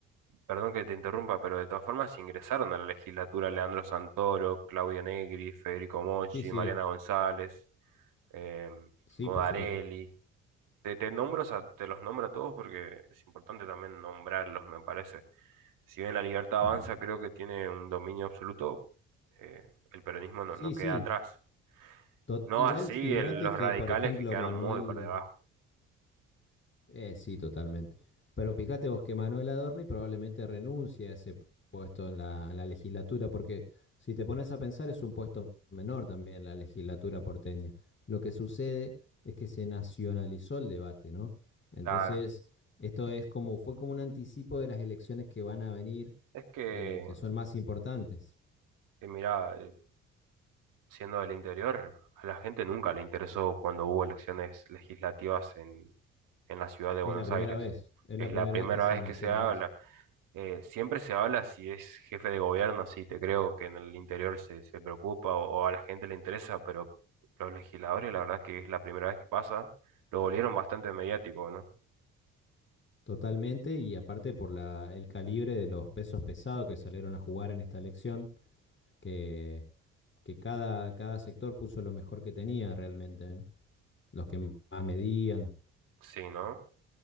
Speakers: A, on the right; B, on the left.
A: Perdón que te interrumpa, pero de todas formas ingresaron a la legislatura Leandro Santoro, Claudia Negri, Federico Mochi,
B: Sí, sí,
A: Mariana González, eh,
B: sí,
A: Modarelli.
B: por supuesto.
A: Te, te nombro, o sea, te los nombro a todos porque es importante también nombrarlos, me parece. Si bien la libertad avanza,
B: Ujú.
A: creo que tiene un dominio absoluto, eh, el peronismo no,
B: Sí,
A: no queda
B: sí.
A: atrás.
B: To-
A: No
B: Igual
A: así
B: figúrate
A: el- los
B: que,
A: radicales
B: por ejemplo,
A: que quedaron
B: Manuel,
A: muy por debajo.
B: Eh, sí, totalmente. Pero fíjate vos que Manuel Adorni probablemente renuncie a ese puesto en la, en la legislatura, porque si te pones a pensar es un puesto menor también la legislatura porteña. Lo que sucede es que se nacionalizó el debate, ¿no? Entonces,
A: Claro.
B: esto es como, fue como un anticipo de las elecciones que van a venir,
A: Es que,
B: eh, que son más importantes.
A: eh, mirá, eh, siendo del interior, a la gente nunca le interesó cuando hubo elecciones legislativas en, en la ciudad de
B: Es
A: Buenos
B: la primera
A: Aires.
B: vez, es
A: Es
B: la primera
A: la primera
B: vez que se
A: vez
B: nacionaliza.
A: que se habla. Eh, siempre se habla si es jefe de gobierno, sí, te creo que en el interior se, se preocupa o, o a la gente le interesa, pero los legisladores, la verdad que es la primera vez que pasa, lo volvieron bastante mediático, ¿no?
B: Totalmente, y aparte por la, el calibre de los pesos pesados que salieron a jugar en esta elección, que, que cada, cada sector puso lo mejor que tenía realmente, ¿eh? Los que más medían.
A: Sí, ¿no?